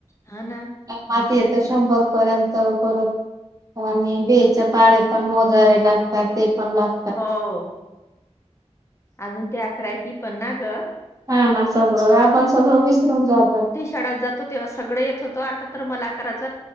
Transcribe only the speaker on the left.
ह ना
हम्म
हो अजून ते अकरा एकी कि पण ना ग
शाडात जात होती सगड येत होतो आता तर मला आकराच